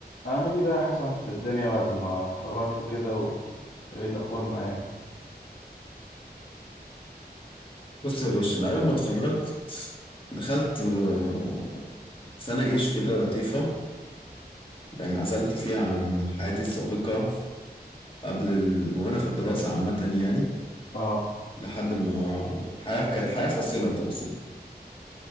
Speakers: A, on the left; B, on the left.
A: أعمل إيه بقى يا حسن في الدنيا بعد ما اتخرجت كده و... وإيه الأخبار معاك؟
B: بص يا باشا أنا أول ما اتخرجت دخلت آه، سنة جيش كده لطيفة يعني عزلت فيها عن حياتي السابقة قبل ال... وأنا في الدراسة عامة يعني
A: آه
B: لحد ما حياة كانت حياة فاصلة تقصد